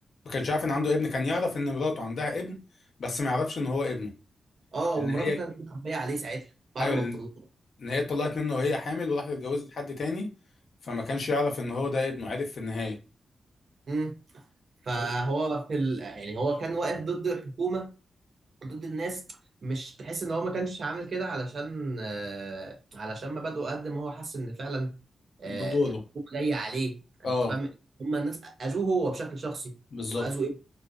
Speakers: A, on the left (about 55°); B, on the right (about 50°).
A: ما كانش عارف ان عنده ابن كان يعرف ان مراته عندها ابن بس ما يعرفش ان هو ابنه
B: اه
A: ان
B: ومراته
A: هي
B: كانت مخبيه عليه ساعتها بعد
A: ايوه
B: ما اتطلقوا
A: ان هي اتطلقت منه وهي حامل وراحت اتجوزت حد تاني فما كانش يعرف ان هو ده ابنه عارف في النهايه
B: امم فهو
A: ده
B: في ال... يعني هو كان واقف ضد الحكومه ضد الناس مش تحس ان هو ما كانش عامل كده علشان آه علشان مبادئه قد ما هو حس ان فعلا آه
A: ده دوره
B: الحكومه جايه عليه انت
A: اه
B: فاهم هم الناس اذوه هو بشكل شخصي
A: بالظبط
B: واذوا ابنه